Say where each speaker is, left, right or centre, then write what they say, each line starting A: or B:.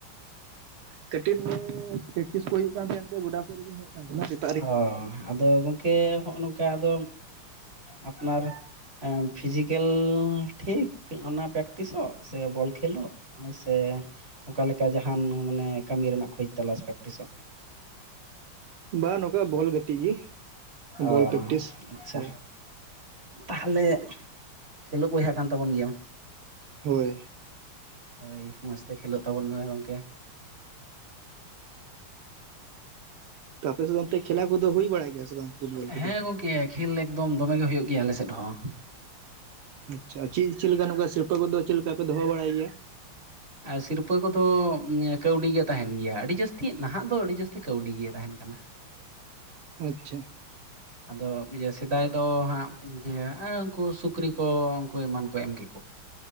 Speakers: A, on the right (about 80°); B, on the right (about 30°).
A: ᱠᱟᱹᱴᱤᱡ <inaudible> ᱯᱮᱠᱴᱤᱥ ᱠᱚ ᱦᱩᱭᱩᱜ ᱠᱟᱱ ᱛᱟᱦᱮᱸᱱᱛᱮ ᱜᱚᱰᱟ ᱥᱮᱫ ᱨᱮᱜᱮᱧ ᱦᱮᱡ ᱠᱟᱱ ᱛᱟᱦᱮᱸᱱᱟ᱾
B: ᱚ ᱟᱫᱚ ᱜᱚᱝᱠᱮ ᱦᱚᱸᱜᱼᱚᱝᱠᱟ ᱟᱫᱚ ᱟᱯᱱᱟᱨ ᱮᱸ ᱯᱷᱤᱡᱤᱠᱮᱞ ᱴᱷᱤᱠ ᱚᱱᱟ ᱯᱮᱠᱴᱤᱥᱚᱜ, ᱥᱮ ᱵᱚᱞ ᱠᱷᱮᱞᱚᱜ? ᱥᱮ ᱚᱠᱟᱞᱮᱠᱟ ᱡᱟᱦᱟᱸᱱ ᱢᱟᱱᱮ ᱠᱟᱹᱢᱤ ᱨᱮᱱᱟᱜ ᱠᱷᱡᱽ ᱛᱚᱞᱟᱥ ᱯᱨᱮᱠᱴᱤᱥᱚᱜ?
A: ᱵᱟᱝ ᱱᱚᱝᱠᱟ ᱵᱚᱞ ᱜᱟᱛᱮᱜ ᱜᱮ᱾
B: ᱚ
A: ᱵᱚᱞ ᱯᱨᱮᱠᱴᱤᱥ
B: ᱟᱪᱪᱷᱟ᱾
A: ᱦᱳᱭ
B: ᱛᱟᱦᱚᱞᱮ ᱠᱷᱮᱞᱳᱜ ᱵᱚᱭᱦᱟᱜ ᱠᱟᱱ ᱛᱟᱵᱚᱱ ᱜᱮᱭᱟᱢ?
A: ᱦᱳᱭ᱾
B: ᱦᱳᱭ ᱢᱚᱡᱽᱛᱮ ᱠᱷᱮᱞᱳᱜ ᱛᱟᱵᱚᱱ ᱢᱮ ᱜᱚᱝᱠᱮ ᱾
A: ᱛᱚ ᱟᱯᱮ ᱥᱮᱫ ᱫᱚ ᱚᱱᱛᱮ ᱠᱷᱮᱞᱟ ᱠᱚᱫᱚ ᱦᱩᱭ ᱵᱟᱲᱟᱭ ᱜᱮᱭᱟ ᱥᱮ ᱵᱟᱝ? ᱯᱷᱩᱴᱵᱚᱞ ᱠᱚᱫᱚ
B: ᱦᱮᱸ ᱜᱚᱝᱠᱮ ᱠᱷᱮᱞ ᱮᱠᱫᱚᱢ ᱫᱚᱢᱮ ᱜᱮ, ᱦᱳᱭᱳᱜ ᱜᱮᱭᱟ ᱟᱞᱮ ᱥᱮᱫ ᱦᱚᱸ᱾
A: ᱟᱪᱪᱷᱟ, ᱪᱮᱫ ᱪᱮᱫ ᱞᱮᱠᱟ ᱱᱚᱝᱠᱟ ᱥᱤᱨᱯᱚ ᱠᱚᱫᱚ, ᱪᱮᱫ ᱞᱮᱠᱟ ᱯᱮ ᱫᱚᱦᱚ ᱵᱟᱲᱟᱭ ᱜᱮᱭᱟ?
B: ᱟᱨ ᱥᱤᱨᱯᱟᱹ ᱠᱚᱫᱚ ᱠᱟᱹᱣᱰᱤ ᱜᱮ ᱛᱟᱦᱮᱱ ᱜᱮᱭᱟ, ᱟᱹᱰᱤ ᱡᱟᱹᱥᱛᱤ ᱱᱟᱦᱟᱜ ᱫᱚ, ᱟᱹᱰᱤ ᱡᱟᱹᱥᱛᱤ ᱠᱟᱹᱣᱰᱤ ᱜᱮ ᱛᱟᱦᱮᱱ ᱠᱟᱱᱟ᱾
A: ᱟᱪᱪᱷᱟ᱾
B: ᱟᱫᱚ ᱥᱮᱫᱟᱭ ᱫᱚ ᱦᱟᱸᱜ, ᱡᱮ ᱮ ᱩᱱᱠᱩ ᱥᱩᱠᱨᱤ, ᱠᱚ ᱩᱱᱠᱩ ᱮᱢᱟᱱ ᱠᱚ, ᱮᱢ ᱠᱮ